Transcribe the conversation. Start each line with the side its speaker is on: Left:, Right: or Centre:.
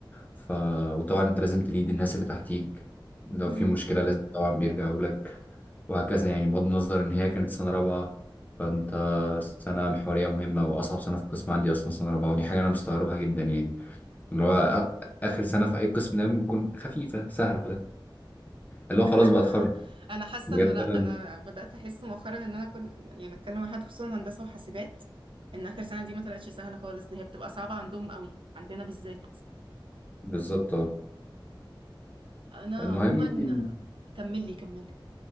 Left: ف... وطبعا انت لازم تليد الناس اللي تحتيك لو
Right: امم
Left: في مشكلة لازم طبعا بيرجعوا لك وهكذا يعني بغض النظر ان هي كانت سنة رابعة فانت سنة محورية مهمة واصعب سنة في القسم عندي اصلا سنة رابعة ودي حاجة انا مستغربها جدا يعني اللي هو آ- اخر سنة في اي قسم دايما بتكون خفيفة سهلة اللي هو
Right: <laughs>
Left: خلاص بقى اتخرج
Right: انا حاسة
Left: بجد
Right: انه لا
Left: أنا-
Right: انا بدأت احس مؤخرا ان انا كل يعني بتكلم مع حد خصوصا هندسة وحاسبات ان اخر سنة دي ما طلعتش سهلة خالص دي هي بتبقى صعبة عندهم قوي عندنا بالذات
Left: بالظبط اه
Right: انا عموما
Left: المهم يعني-
Right: كملي كملي